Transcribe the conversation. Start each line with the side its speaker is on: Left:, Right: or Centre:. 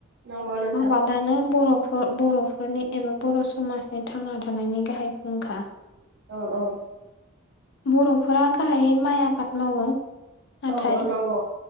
Right: नंगौ नोंथां
Left: आबादानो बर ब बर फोरनि एबा बर समाजनि थांना थानायनि गाहाय फुंखा।
Right: औ औ
Left: बर फोरा गाहायै माइ आबाद मावो नाथाय
Right: औ औ नंगौ